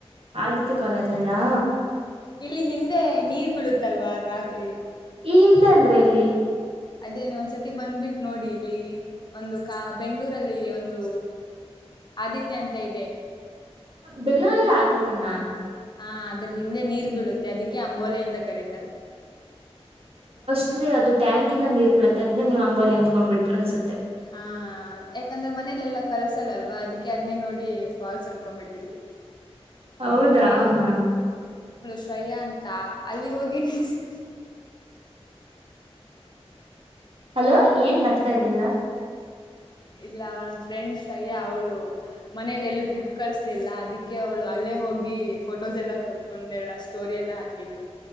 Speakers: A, on the right; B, on the left.
A: ಆದಿತ್ಯ ಕಾಲೇಜ್ ಅಲ್ಲಾ
B: ಇಲ್ಲಿ ಹಿಂದೆ ನೀರ್ ಬೀಳುತ್ತಲ್ವಾ ರಾತ್ರಿ
A: ಈ ಹಿಂದೆ ಅಂದ್ರೆ ಎಲ್ಲಿ
B: ಅದೇ ನೀ ಒಂದ್ಸತಿ ಬಂದ್ಬಿಟ್ಟು ನೋಡಿ ಇಲಿ ಲ್ಲಿ ಒಂದು ಕಾ ಬೆಂಗಳೂರಲ್ಲಿ ಒಂದು ಆದಿತ್ಯ ಅಂತ ಇದೆ.
A: ಬೆಂಗಳೂರಲ್ಲಿ ಆದಿತ್ಯನಾ
B: ಹಾ ಅದ್ರ ಹಿಂದೆ ನೀರ್ ಬೀಳುತ್ತೆ ಅದಕ್ಕೆ ಅಂಬೋಲೆ ಅಂತ ಕರೀತಾರೆ
A: ಆಕ್ಟುಯಲ್ಲಿ ಅದು ಟ್ಯಾಂಕಿನ ನೀರ್ ಬಿಳುತ್ತೆ ಅದೇ ನೀವು ಅಂಬೋಲಿ ಅಂದಕೊಂಡ್ ಬಿಟ್ಟ್ರ ಅನ್ಸುತ್ತೆ
B: ಹಾ ಯಾಕಂದ್ರೆ ಮನೇಲೆೆಲ್ಲಾ ಕಲ್ಸಲ್ಲಲ್ವಾ ಅದಕ್ಕೆ ಅದ್ನೇ ನೋಡಿ ಫಾಲ್ಸ್ ಅನ್ಕೊಬಿಟ್ಟಿದೀವಿ
A: ಹೌದಾ ಹಾ
B: ಶ್ರಯ್ಯ ಅಂತ ಅಲ್ಲಿ ಹೋಗಿನಿ <unintelligible>
A: ಅಲೋ ಏನ್ ನಗ್ತಾ ಇದೀರಾ
B: ಇಲ್ಲ ಅವಳ ನಮ್ಮ್ ಫ್ರೆಂಡ್ಸ್ ಅಯ್ಯ ಅವಳು ಮನೇಲಿ ಎಲ್ಲೂ ಟ್ರಿಪ್ ಕಳಸಲಿಲ್ಲ ಅದಕ್ಕೆ ಅವಳು ಅಲ್ಲೇ ಹೋಗಿ ಫೋಟೋಸ್ ಎಲ್ಲ ತಕೊಂಡೆಲ್ಲ ಸ್ಟೋರಿ ಎಲ್ಲ ಹಾಕಿದ್ಲು